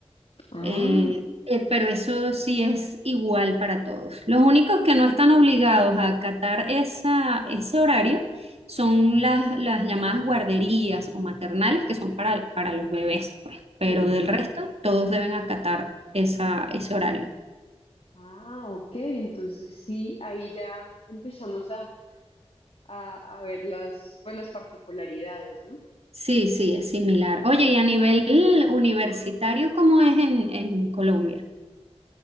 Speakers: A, on the left; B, on the right.
A: Ah,
B: Eh, eh, pero eso sí es igual para todos. Los únicos que no están obligados a acatar esa, ese horario son las, las llamadas guarderías o maternales, que son para, para los bebés, pues. Pero
A: Sí.
B: del resto, todos deben acatar esa, ese horario.
A: Ah, ok, entonces sí, ahí ya empezamos a, a, a ver las, pues las particularidades, ¿no?
B: Sí, sí, es similar. Oye, y a nivel universitario, ¿cómo es en, en Colombia?